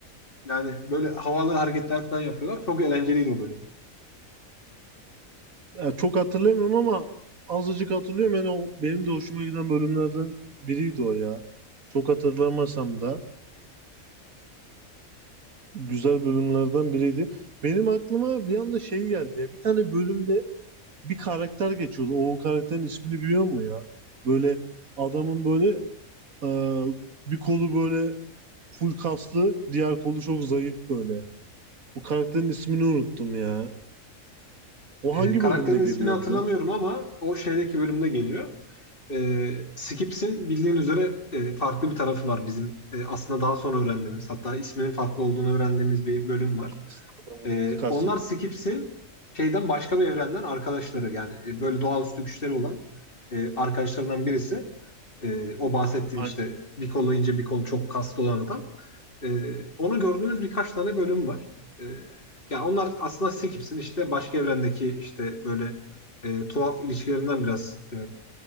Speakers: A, on the left; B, on the right.
A: yani böyle havalı hareketler falan yapıyorlar. Çok eğlenceliydi o bölüm.
B: Ya çok hatırlamıyorum ama azıcık hatırlıyorum. Yani o benim de hoşuma giden bölümlerden biriydi o ya. Çok hatırlamasam da güzel bölümlerden biriydi. Benim aklıma bir anda şey geldi. ya, Bir tane bölümde bir karakter geçiyordu. O karakterin ismini biliyor musun ya? Böyle adamın böyle Ee, bir kolu böyle full kaslı, diğer kolu çok zayıf böyle. Bu karakterin ismini unuttum ya. O
A: E,
B: hangi
A: karakterin
B: bölümde
A: ismini
B: geliyordu
A: hatırlamıyorum
B: ya?
A: ama o şeydeki bölümde geliyor. E, Skips'in bildiğin üzere e, farklı bir tarafı var bizim e, aslında daha sonra öğrendiğimiz hatta isminin farklı olduğunu öğrendiğimiz bir bölüm var.
B: Kaslı adamı
A: E,
B: kastediyorum.
A: onlar Skips'in şeyden başka bir evrenden arkadaşları yani e, böyle doğaüstü güçleri olan e, arkadaşlarından birisi. E, o bahsettiğin
B: Aynen.
A: işte bir kolu ince bir kolu çok kaslı olan adam. E, onu gördüğümüz birkaç tane bölüm var. E, ya onlar aslında Skips'in işte başka evrendeki işte böyle e, tuhaf ilişkilerinden biraz e,